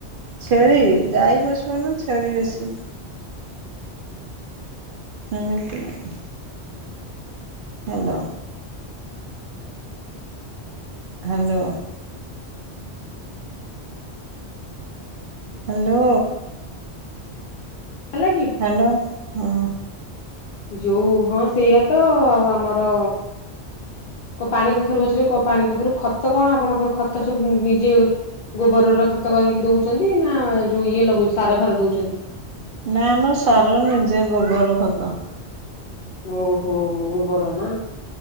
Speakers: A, on the right; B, on the left.
A: ଛେଳି ଗାଈ ପସିପାରୁ ନାହାନ୍ତି ଛେଳି ବେଶୀ ହଁ ସେୟା। ହାଲୋ। ହାଲୋ। ହାଲୋ।
B: ହେଲା କି?
A: ହାଲୋ ହଁ।
B: ଯୋଉ ହଁ ସେଇଆା ତ ଆଉ ଆମର କୋ ପାଣି କଖାରୁ ଗଛରେ କୋ ପାଣି କଖାରୁ ଖତ କଣ ଆପଣଙ୍କର ଖତ ସବୁ ନିଜେ ଗୋବରର ଖତ କରିକି ଦଉଛନ୍ତି ନା ଯୋଉ ଇଏ ଲଗଉଛି ସାର ଫାର ଦଉଛନ୍ତି?
A: ନା ଆମର ସାର ନିଜେ ଗୋବର ଖତ
B: ଓହୋ ଗୋବର ନା